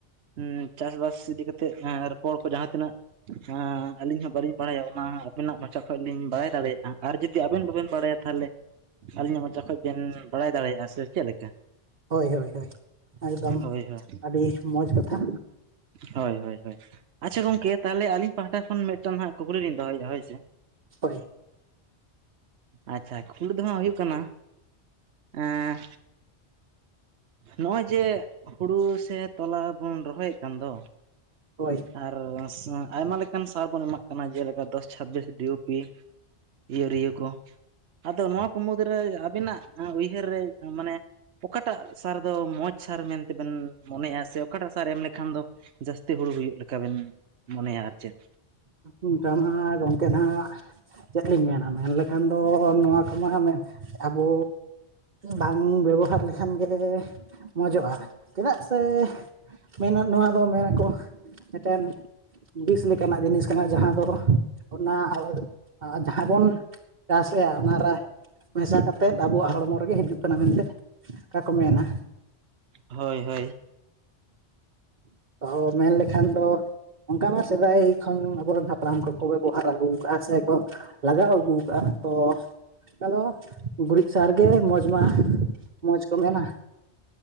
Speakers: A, on the right; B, on the right.
A: ᱦᱩᱸ ᱪᱟᱥ ᱵᱟᱥ ᱤᱫᱤ ᱠᱟᱛᱮᱜ ᱟᱨ ᱯᱚᱨ ᱠᱚ ᱡᱟᱦᱟᱸ ᱛᱤᱱᱟᱹᱜ ᱟᱸᱻ ᱟᱹᱞᱤᱧ ᱦᱚᱸ ᱵᱟᱹᱞᱤᱧ ᱵᱟᱲᱟᱭᱟ ᱚᱱᱟ ᱟᱹᱵᱤᱱᱟᱜ ᱢᱚᱪᱟ ᱠᱷᱚᱡ ᱞᱤᱧ ᱵᱟᱲᱟᱭ ᱫᱟᱲᱮᱭᱟᱜᱼᱟ᱾ ᱟᱨ ᱡᱩᱫᱤ ᱟᱵᱮᱱ ᱵᱟᱵᱮᱱ ᱵᱟᱲᱟᱭᱟ ᱛᱟᱦᱞᱮ ᱟᱹᱞᱤᱧᱟᱜ ᱢᱚᱪᱟ ᱠᱷᱚᱡ ᱵᱮᱱ ᱵᱟᱲᱟᱭ ᱫᱟᱲᱮᱭᱟᱜᱼᱟ, ᱥᱮ ᱪᱮᱫ ᱞᱮ ᱠᱟ?
B: ᱦᱳᱭ ᱦᱳᱭ ᱦᱳᱭ ᱮᱠᱫᱚᱢ
A: ᱦᱳᱭ ᱦᱳᱭ
B: ᱟᱹᱰᱤ ᱢᱚᱡᱽ ᱠᱟᱛᱷᱟ᱾
A: ᱦᱳᱭ, ᱦᱳᱭ, ᱦᱳᱭ ᱾ ᱟᱪᱪᱷᱟ ᱜᱚᱝᱠᱮ ᱛᱟᱦᱞᱮ ᱟᱹᱞᱤᱧ ᱯᱟᱦᱴᱟ ᱠᱷᱚᱱ ᱢᱤᱫᱴᱟᱝ ᱦᱟᱸᱜ ᱠᱩᱠᱞᱤ ᱞᱤᱧ ᱫᱚᱦᱚᱭᱮᱜ-ᱟ ᱦᱳᱭ ᱥᱮ᱾
B: ᱦᱳᱭ
A: ᱟᱪᱪᱷᱟ ᱠᱩᱠᱞᱤ ᱫᱚ ᱦᱟᱸᱜ ᱦᱩᱭᱩᱜ ᱠᱟᱱᱟ ᱮᱸ ᱱᱚᱜᱼᱚᱭ ᱡᱮ ᱦᱩᱲᱩ ᱥᱮ ᱛᱚᱞᱟ ᱵᱚᱱ ᱨᱚᱦᱚᱭᱮᱜ ᱠᱟᱱ ᱫᱚ
B: ᱦᱳᱭ᱾
A: ᱟᱨ <inaudible> ᱟᱭᱢᱟ ᱞᱮᱠᱟᱱ ᱥᱟᱨ ᱵᱚᱱ ᱮᱢᱟᱜ ᱠᱟᱱᱟ ᱾ ᱡᱮᱞᱮᱠᱟ ᱫᱚᱥ ᱪᱷᱟᱵᱤᱥ, ᱰᱤᱭᱩᱯᱤ, ᱤᱭᱩᱨᱤᱭᱟᱹ ᱠᱚ ᱟᱫᱚ ᱱᱚᱣᱟ ᱠᱚ ᱢᱩᱫᱽᱨᱮ ᱟᱵᱤᱱᱟᱜ ᱩᱭᱦᱟᱹᱨ ᱨᱮ ᱢᱟᱱᱮ ᱚᱠᱟᱴᱟᱜ ᱥᱟᱨ ᱫᱚ ᱢᱚᱸᱡᱽ ᱥᱟᱨ ᱢᱮᱱᱛᱮᱵᱮᱱ ᱢᱚᱱᱮᱭᱮᱜᱼᱟ ᱥᱮ ᱚᱠᱟᱴᱟᱜ ᱥᱟᱨ ᱮᱢ ᱞᱮᱠᱷᱟᱱ ᱫᱚ ᱡᱟᱹᱥᱛᱤ ᱦᱩᱲᱩ ᱦᱩᱭᱩᱜ ᱞᱮᱠᱟᱵᱮᱱ ᱢᱚᱱᱮᱭᱟ ᱟᱨ ᱪᱮᱫ?
B: ᱚᱱᱠᱟ ᱢᱟ ᱜᱚᱝᱠᱮ ᱱᱟᱦᱟᱸᱜ ᱪᱮᱫ ᱞᱤᱧ ᱢᱮᱱᱟ, ᱢᱮᱱ ᱞᱮᱠᱷᱟᱱ ᱫᱚ ᱱᱚᱣᱟ ᱠᱚᱢᱟ ᱚᱱᱮ ᱟᱵᱚ ᱵᱟᱝ ᱵᱮᱵᱚᱦᱟᱨ ᱞᱮᱠᱷᱟᱱ ᱜᱮ ᱢᱚᱡᱚᱜᱼᱟ ᱪᱮᱫᱟᱜ ᱥᱮ ᱢᱮᱱᱮᱫ ᱱᱚᱣᱟ ᱫᱚ ᱢᱮᱱᱟᱠᱚ ᱢᱤᱫᱴᱮᱱ ᱵᱤᱥ ᱞᱮᱠᱟᱱᱟᱜ ᱡᱤᱱᱤᱥ ᱠᱟᱱᱟ᱾ ᱡᱟᱦᱟᱸ ᱫᱚ ᱚᱱᱟ ᱡᱟᱦᱟᱸ ᱵᱚᱱ ᱪᱟᱥᱮᱜᱼᱟ᱾ ᱚᱱᱟᱨᱮ ᱢᱮᱥᱟ ᱠᱟᱛᱮᱫ ᱟᱵᱚᱣᱟᱜ ᱦᱚᱲᱢᱚ ᱨᱮᱜᱮ ᱦᱤᱡᱩᱜ ᱠᱟᱱᱟ, ᱢᱮᱱᱛᱮ ᱚᱱᱠᱟ ᱠᱚ ᱢᱮᱱᱟ᱾
A: ᱦᱳᱭ ᱦᱳᱭ᱾
B: ᱚᱦᱚ ᱢᱮᱱ ᱞᱮᱠᱷᱟᱱ ᱫᱚ ᱚᱱᱠᱟ ᱢᱟ ᱥᱮᱫᱟᱭ ᱠᱷᱚᱱ ᱟᱵᱚᱨᱮᱱ ᱦᱟᱯᱲᱟᱢ ᱠᱚᱠᱚ ᱵᱮᱵᱚᱦᱟᱨ ᱟᱹᱜᱩ ᱟᱠᱟᱜᱼᱟ᱾ ᱥᱮᱠᱚ ᱞᱟᱜᱟᱣ ᱟᱹᱜᱩ ᱠᱟᱜᱼᱟ᱾ ᱛᱚ ᱚᱱᱠᱟ ᱫᱚ ᱜᱩᱨᱤᱡ ᱥᱟᱦᱟᱨᱜᱮ ᱢᱚᱡᱽ ᱢᱟ, ᱢᱚᱡᱽ ᱠᱚ ᱢᱮᱱᱟ᱾